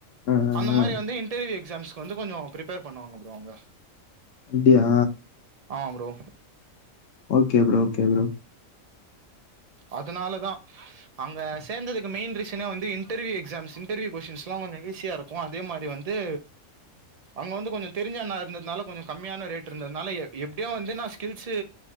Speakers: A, on the left; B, on the right.
A: ஆ, ஆ,
B: அந்த
A: ஆ,
B: மாரி வந்து இன்டர்வியூ எக்ஸாம்ஸ்க்கு வந்து கொஞ்சோ பிரிப்பேர் பண்ணுவாங்க ப்ரோ அவங்க
A: அப்டியா
B: ஆமா bro
A: okay bro okay bro
B: அதனால தா அங்க சேந்ததுக்கு மெய்ன் ரீசனே வந்து இன்டர்வியூ எக்ஸாம்ஸ் இன்டர்வியூ கொஸ்டின்ஸ்லா கொஞ்சோ ஈஸியா இருக்கு கு அதே மாரி வந்து அங்க வந்து கொஞ்சோ தெரிஞ்சண்ணா இருந்ததுனால கொஞ்சோ கம்மியான ரேட் இருந்ததுனால எ எப்டியோ வந்து நா ஸ்கில்ஸு